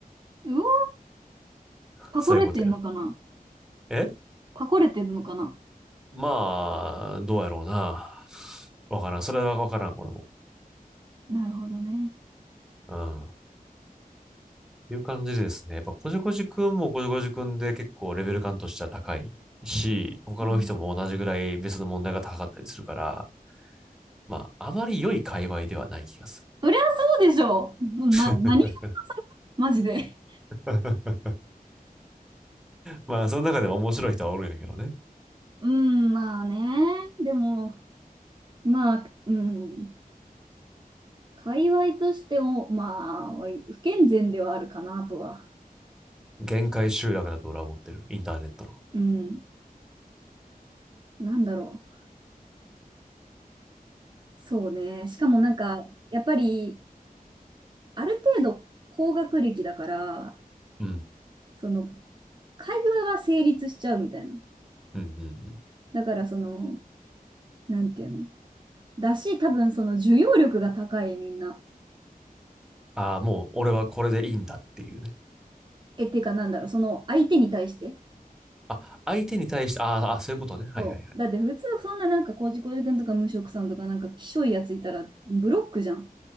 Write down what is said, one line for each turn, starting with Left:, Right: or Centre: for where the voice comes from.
Right: うおー、パコれてんのかな
Centre: そういうことや。え
Right: パコれてんのかな
Centre: まあ、どうやろうな。わからん。それはわからん、俺も。
Right: なるほどね。
Centre: うん。っていう感じですね。やっぱ、こじこじくんもこじこじくんで結構レベル感としては高いし、他の人も同じぐらい別の問題が高かったりするから、
Right: うん。
Centre: まあ、あまり良い界隈ではない気がす
Right: そりゃそうでしょう。な、
Centre: る。
Right: 何がそれマジで。
Centre: <laughs> まあ、その中でも面白い人はおるんやけどね。
Right: うん、まあね。でも、まあ、うん。界隈としても、まあ、不健全ではあるかなとは。
Centre: 限界集落だと俺は思ってる。インターネットの。
Right: うん。なんだろう。そうね。しかもなんか、やっぱり、ある程度高学歴だから、
Centre: うん。
Right: その、会話が成立しちゃうみたいな。
Centre: うんうんうん。
Right: だから、その、なんていうの。だし、多分、その、受容力が高い、みんな。
Centre: ああ、もう俺はこれでいいんだっていうね。
Right: え、っていうか、なんだろう。その、相手に対して。
Centre: あ、相手に対して、あーあ、そういうことね。はいはいはい。
Right: そう。だって、普通、そんななんか、コージコージ君とか、無職さんとか、なんか、きしょいやついたら、ブロックじゃん。